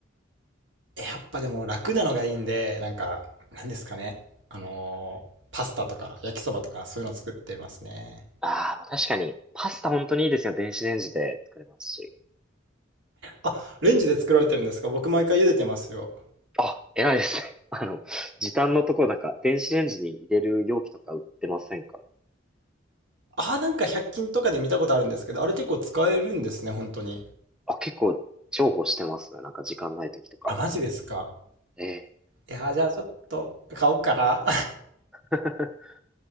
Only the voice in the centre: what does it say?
ああー、まあ確かに、パスタ本当にいいですよ。電子レンジで作れますし。
あ、偉いですね。<laughs> あの、時短のところなんか、電子レンジに入れる容器とか売ってませんかね。
あ、結構重宝してますね。なんか時間ない時とかは。
ええ
<laughs>